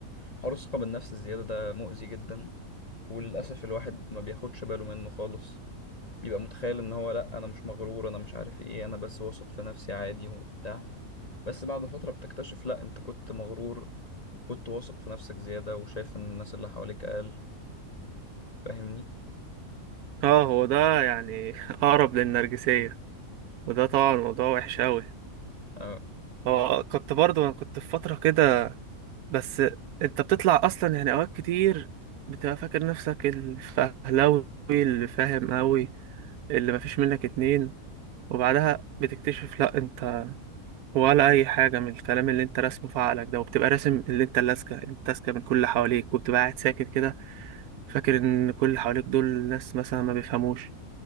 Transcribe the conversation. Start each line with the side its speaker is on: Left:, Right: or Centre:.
Left: حوار الثقة بالنفس الزيادة ده مؤذي جدا وللأسف الواحد ما بياخدش باله منه خالص بيبقى متخيل ان هو لا انا مش مغرور انا مش عارف ايه انا بس واثق في نفسي عادي وبتاع بس بعد فترة بتكتشف لا انت كنت مغرور وكنت واثق في نفسك زيادة وشايف ان الناس اللي حواليك اقل فاهمني
Right: اه هو ده يعني <laughs> اقرب للنرجسية وده طبعا موضوع وحش قوي
Left: اه
Right: هو كنت برضو انا كنت في فترة كده بس انت بتطلع اصلا يعني اوقات كتير بتبقى فاكر نفسك الفهلاوي اللي فاهم قوي اللي مفيش منك اتنين وبعدها بتكتشف لا انت ولا اي حاجة من الكلام اللي انت راسمه في عقلك ده وبتبقى راسم اللي انت اللاسكة انت لاسكة من كل اللي حواليك وبتبقى قاعد ساكت كده فاكر ان كل اللي حواليك دول ناس مثلا ما بيفهموش